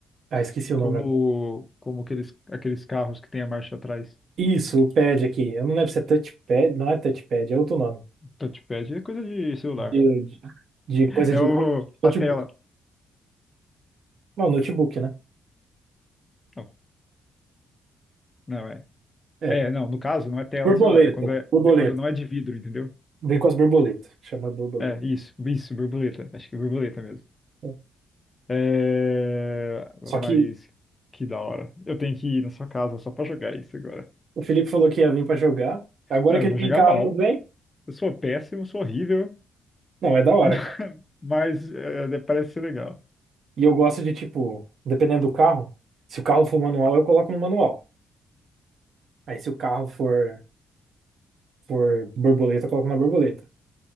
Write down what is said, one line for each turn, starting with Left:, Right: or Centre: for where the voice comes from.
Right: ah, esqueci o nome
Left: Como,
Right: agora.
Left: como aqueles, aqueles carros que tem a marcha atrás.
Right: Isso, o pad aqui, eu não lembro se é touchpad, não é touchpad, é outro nome,
Left: Touchpad é coisa de celular.
Right: de, de, de coisa
Left: É
Right: de
Left: o,
Right: notebook.
Left: a tela.
Right: Não, notebook, né?
Left: Não, não é.
Right: É,
Left: É, não, no caso não é tela
Right: borboleta,
Left: de celular, é quando, é,
Right: borboleta.
Left: é quando não é de vidro, entendeu?
Right: Vem com as borboletas, chama borboleta.
Left: É, isso, isso, borboleta. Acho que é borboleta mesmo.
Right: né?
Left: É,
Right: Só
Left: mas
Right: que
Left: que da hora. Eu tenho que ir na sua casa só pra jogar isso agora.
Right: o Felipe falou que ia vir pra jogar. Agora
Left: Não,
Right: que
Left: eu
Right: ele
Left: vou
Right: tem
Left: jogar
Right: carro
Left: mal.
Right: e não vem,
Left: Eu sou péssimo, sou horrível,
Right: não, é da hora,
Left: <laughs>
Right: cara.
Left: mas é, parece ser legal.
Right: E eu gosto de, tipo, dependendo do carro, se o carro for manual, eu coloco no manual. Aí se o carro for, for borboleta, eu coloco na borboleta.